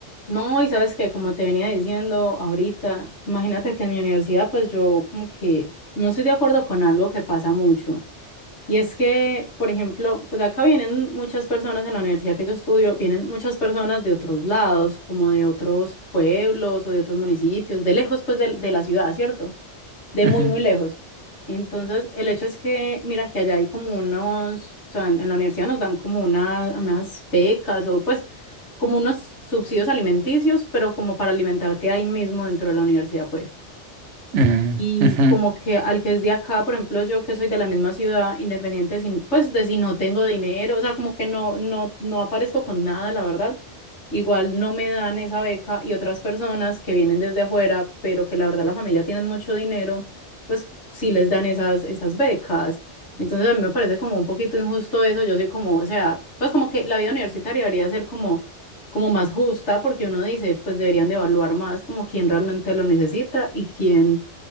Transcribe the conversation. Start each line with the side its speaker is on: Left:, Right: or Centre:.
Left: No, y sabes que como te venía diciendo ahorita, imagínate que en mi universidad pues yo como que no estoy de acuerdo con algo que pasa mucho. Y es que, por ejemplo, pues acá vienen muchas personas en la universidad que yo estudio, vienen muchas personas de otros lados, como de otros pueblos o de otros municipios, de lejos pues de, de la ciudad, ¿cierto? de
Right: Ujú,
Left: muy, muy lejos. Entonces, el hecho es que, mira, que allá hay como unos, o sea, en, en la universidad nos dan como una, unas becas o pues como unos subsidios alimenticios, pero como para alimentarte ahí mismo dentro de la universidad, pues.
Right: ujú,
Left: Y
Right: ujú.
Left: como que al que es de acá, por ejemplo, yo que soy de la misma ciudad, independiente sin, pues de si no tengo dinero, o sea, como que no, no, no aparezco con nada, la verdad. Igual no me dan esa beca y otras personas que vienen desde afuera, pero que la verdad la familia tienen mucho dinero, pues sí les dan esas, esas becas. Entonces a mí me parece como un poquito injusto eso. Yo soy como, o sea, pues como que la vida universitaria debería ser como como más justa, porque uno dice, pues deberían de evaluar más como quién realmente lo necesita y quién